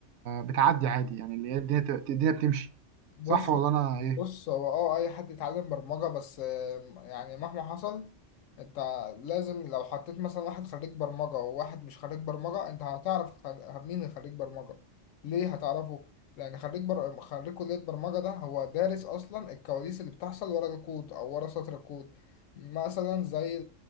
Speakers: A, on the right; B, on the left.
A: بتعدي عادي يعني اللي هي الدنيا الدنيا بتمشي
B: بص
A: صح ولا انا ايه
B: بص هو اه اي حد يتعلم برمجة بس آه، يعني مهما حصل انت لازم لو حطيت مثلا واحد خريج برمجة وواحد مش خريج برمجة انت هتعرف خر- مين خريج برمجة ليه هتعرفه لان خريج بر... خريج كلية برمجة ده هو دارس اصلا الكواليس اللي بتحصل ورا الكود او ورا سطر الكود مثلا زي